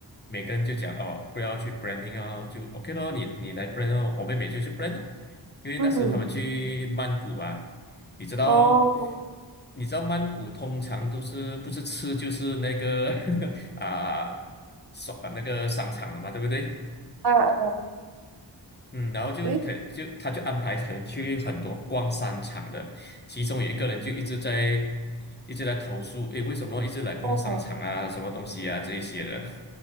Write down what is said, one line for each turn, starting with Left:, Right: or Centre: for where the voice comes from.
Left: 每个人就讲哦，不要去 branding 哦，就 OK 咯，你你来 brand 哦，我妹妹就去 brand 哦，因为那时他们去曼谷啊，
Right: 嗯，
Left: 你知道，
Right: 哦，
Left: 你知道曼谷通常都是不是吃就是那个 <laughs> 啊，商那个商场了嘛，对不对？
Right: 啊，啊
Left: 嗯，然后就可就他就安排可能去很多逛商场的，
Right: 对，
Left: 其中有一个人就一直在一直在投诉，诶，为什么一直来逛商场啊，
Right: 哦，
Left: 什么东西啊这一些的。